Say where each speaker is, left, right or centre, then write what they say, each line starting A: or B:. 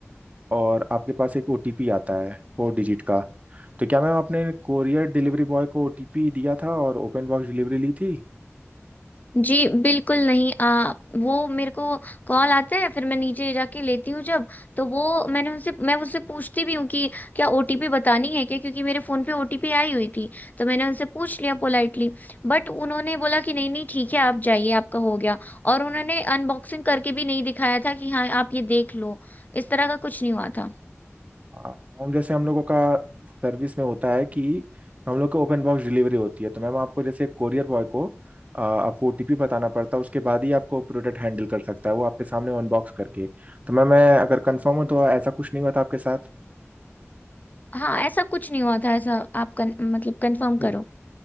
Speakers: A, on the right; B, on the left.
A: और आपके पास एक ओटीपी आता है फोर डिजिट का तो क्या मैम आपने कोरियर डिलीवरी बॉय को ओटीपी दिया था और ओपन बॉक्स डिलीवरी ली थी
B: जी बिल्कुल नहीं आ, वो मेरे को कॉल आता है फिर मैं नीचे जाके लेती हूँ जब तो वो मैंने उनसे मैं उससे पूछती भी हूँ कि क्या ओटीपी बतानी है क्या क्योंकि मेरे फोन पे ओटीपी आई हुई थी तो मैंने उनसे पूछ लिया पोलाइटली बट उन्होंने बोला कि नहीं नहीं ठीक है आप जाइए आपका हो गया और उन्होंने अनबॉक्सिंग करके भी नहीं दिखाया था कि हाँ आप ये देख लो इस तरह का कुछ नहीं हुआ था
A: हाँ मैम जैसे हम लोगों का सर्विस में होता है कि हम लोग को ओपन बॉक्स डिलीवरी होती है तो मैम आपको जैसे कोरियर बॉय को आ, आपको ओटीपी बताना पड़ता है उसके बाद ही आपको प्रोडक्ट हैंडल कर सकता है वो आपके सामने अनबॉक्स करके तो मैम मैं अगर कंफर्म हूँ तो ऐसा कुछ नहीं हुआ था आपके साथ
B: हाँ ऐसा कुछ नहीं हुआ था ऐसा आप कन, मतलब कंफर्म
A: ओ-
B: करो